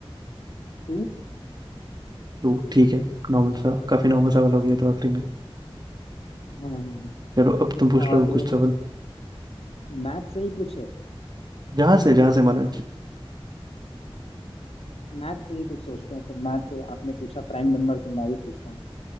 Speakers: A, on the left; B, on the right.
A: टू
B: टू ठीक है नॉर्मल सा काफी नॉर्मल सवाल हो गया तो आखिरी में
A: हाँ हाँ हाँ।
B: चलो अब तुम पूछ
A: और
B: लो कुछ सवाल
A: मैथ से ही कुछ है
B: जहाँ से जहाँ से मानो
A: मैथ से ही कुछ सोचते हैं फिर मैथ से आपने पूछा प्राइम नंबर तो मैं भी पूछता हूँ